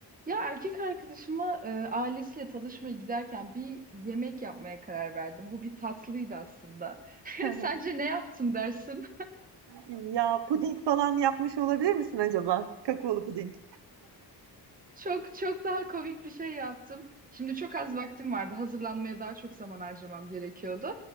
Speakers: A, on the right; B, on the right.
A: Ya erkek arkadaşıma e, ailesiyle tanışmaya giderken bir yemek yapmaya karar verdim. Bu bir tatlıydı aslında. <laughs>
B: <laughs> Hı hı.
A: Sence ne yaptım dersin?
B: Ya puding falan yapmış olabilir misin acaba? Kakaolu puding.
A: Çok çok daha komik bir şey yaptım. Şimdi çok az vaktim vardı. Hazırlanmaya daha çok zaman harcamam gerekiyordu.